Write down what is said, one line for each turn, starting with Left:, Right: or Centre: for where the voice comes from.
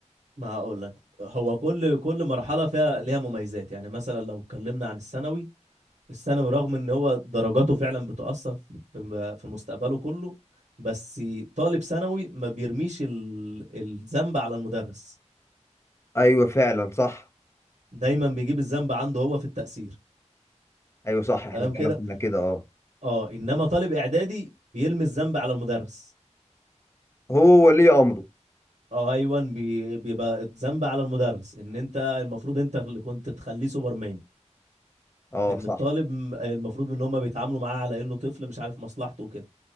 Right: ما هقول لك هو كل كل مرحلة فيها ليها مميزات يعني مثلا لو اتكلمنا عن الثانوي الثانوي رغم ان هو درجاته فعلا بتأثر في في مستقبله كله بس طالب ثانوي ما بيرميش ال- الذنب على المدرس
Left: ايوه فعلا صح
Right: دايما بيجيب الذنب عنده هو في التأثير
Left: ايوه صح احنا
Right: تمام
Left: فعلا
Right: كده
Left: كنا كده اه
Right: اه انما طالب اعدادي بيرمي الذنب على المدرس
Left: هو ولي امره
Right: اه ايوه بي- بيبقى الذنب على المدرس ان انت المفروض انت اللي كنت تخليه سوبرمان
Left: اه
Right: ان
Left: صح
Right: الطالب م- المفروض ان هم بيتعاملوا معاه على انه طفل مش عارف مصلحته وكده